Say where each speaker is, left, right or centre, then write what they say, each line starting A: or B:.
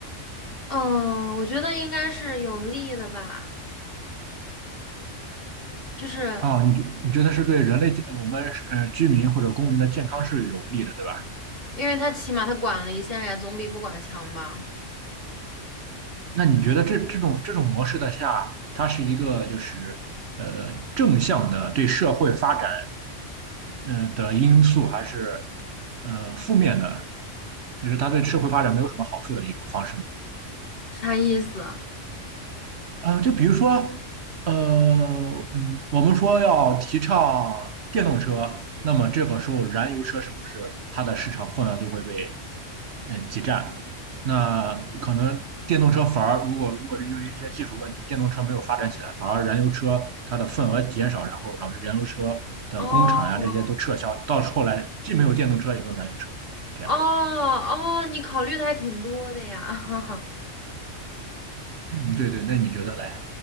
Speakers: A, on the left; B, on the right.
A: 嗯，我觉得应该是有利的吧，就是
B: 啊，你你觉得是对人类健我们呃居民或者公民的健康是有利的，对吧？
A: 因为他起码他管了一下呀，总比不管强吧？
B: 那你觉得这这种这种模式的下，它是一个就是呃正向的对社会发展呃的因素，还是呃负面的，就是它对社会发展没有什么好处的一种方式？呢？
A: 啥意思啊？
B: 呃，就比如说，呃，嗯，我们说要提倡电动车，那么这个时候燃油车是不是它的市场份额就会被呃挤占？那可能电动车反而如果如果是因为一些技术问题，电动车没有发展起来，反而燃油车它的份额减少，然后导致燃油车的工厂呀这些都撤销，
A: 哦
B: 到后来既没有电动车也没有燃油车，这样。
A: 哦哦，你考虑的还挺多的呀。<laughs>
B: 嗯，对对，那你觉得嘞？